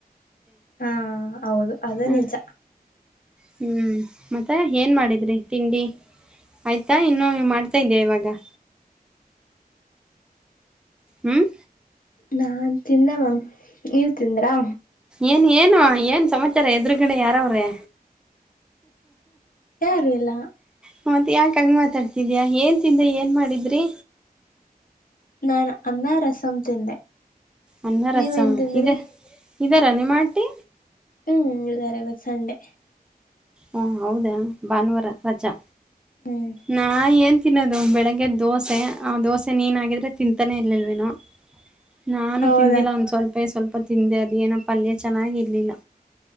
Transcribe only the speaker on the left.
ಹಾ ಹೌದು ಅದು
ನಿಜ
<unintelligible>
ನಾನ್ ತಿಂದ ಮ್ಯಾಮ್ ನೀವ್ ತಿಂದ್ರಾ
ಯಾರು ಎಲ್ಲ
ನಾನ ಅನ್ನ ರಸಂ ತಿಂದೆ
ನೀವೇನ್
ತಿಂದ್ರಿ
ಹ್ಮ್ ಇದಾರೆ ಬ ಸಂಡೆ
ಹ್ಮ್
ಹೌದಾ